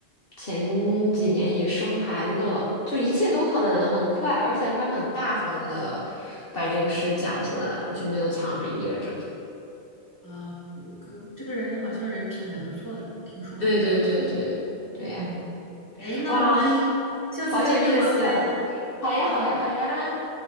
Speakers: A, on the left; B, on the left.
A: 前几年也生孩子了，就一切都很很快，而且他很大方的把这个事讲出来了，就没有藏着掖着。
B: 啊，我哥这个人好像人品还不错的，听说。
A: 对对对对对呀，
B: 嗯，哎，那我们下次接着玩呗。
A: 哇，好有意思啊！好呀好呀好呀，
B: 嗯，